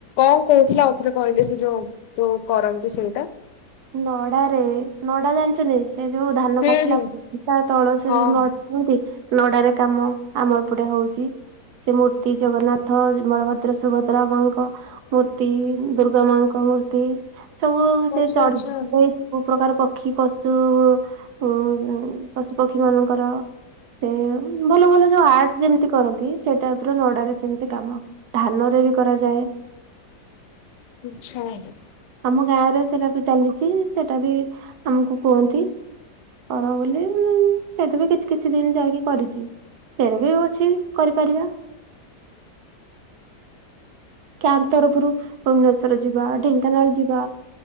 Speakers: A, on the left; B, on the right.
A: ଓଃ। କୋହୁଥିଲେ ଆଉଥରେ କହିଲେ ସେ ଯୋଉ ଯୋଉ କରନ୍ତୁ ସେଇଟା।
B: ନଡାରେ ନଡା ଜାଣିଚନ୍ତି? ସେ ଯୋଉ ଧାନ
A: ହୁଁ
B: କାଟିଲା
A: ହୁଁ।
B: ତା ତଳ ସେ
A: ହଁ
B: ଯୋଉ ନଡିନ୍ତି। ନଡାରେ କାମ ଆମ ଏପଟେ ହୋଉଚି ସେ ମୂର୍ତ୍ତି ଜଗନ୍ନାଥ, ବଳଭଦ୍ର, ସୁଭଦ୍ରା ମାଙ୍କ ମୂର୍ତ୍ତି, ଦୁର୍ଗା ମାଙ୍କ ମୂର୍ତ୍ତି। ସବୁ
A: ଆଚ୍ଛା
B: ସେ ଚଢି
A: ଆଚ୍ଛା
B: <unintelligible> ବୋହୁ ପ୍ରକାର ପକ୍ଷୀପଶୁ ଉ-ପଶୁପକ୍ଷୀ ମାନଙ୍କର ଉଁ ଭଲ ଭଲ ଯୋଉ ଆର୍ଟ ଯେମତି କରନ୍ତି ସେ ଟାଇପର ନଡାରେ ସେମିତି କାମ ଧାନରେ ବି କରାଯାଏ।
A: ଆଛା <unintelligible>
B: ଆମ ଗାଁରେ ସେରା ବି ଚାଲି ଚି ସେଟା ବି ଆମକୁ କୁହନ୍ତି କର ବୋଲି ମୁଁ ସେଠି ବି କିଛି କିଛି ଦିନ ଯାଇକି କରିଚି ସେରା ବି ଅଛି କରିପାରିବା। କ୍ୟାମ୍ପ ତରଫରୁ ଭୁବନେଶ୍ଵର ଯିବା ଢେଙ୍କାନାଳ ଯିବା